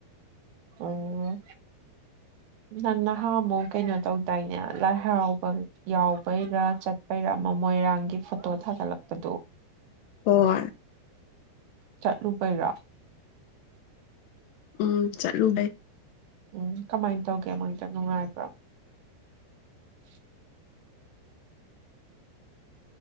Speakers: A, on the right (about 70°); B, on the left (about 80°).
A: ꯑꯣꯝ ꯅꯪ ꯅꯍꯥ ꯑꯃꯨꯛ ꯀꯩꯅꯣ ꯇꯧꯗꯥꯏꯅꯦ ꯂꯥꯏ ꯍꯔꯥꯎꯕ ꯌꯥꯎꯕꯩꯔꯥ ꯆꯠ ꯄꯩꯔꯥꯃ ꯃꯣꯏꯔꯥꯡꯒꯤ ꯐꯣꯇꯣ ꯊꯥꯒꯠꯂꯛꯄꯗꯨ
B: ꯑꯣ
A: ꯆꯠꯂꯨꯕꯩꯔꯥ
B: ꯎꯝ ꯆꯠꯂꯨꯕꯩ
A: ꯎꯝ ꯀꯃꯥꯏꯅ ꯇꯧꯒꯦ ꯃꯗ ꯅꯨꯡꯉꯥꯏꯕ꯭ꯔꯣ <inaudible>